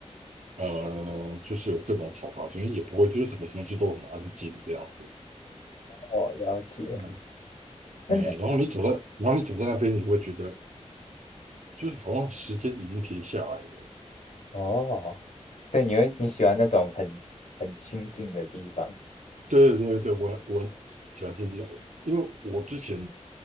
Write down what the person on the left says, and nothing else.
哦，了解，
嗯，
哦，对，你会你喜欢那种很很清静的地方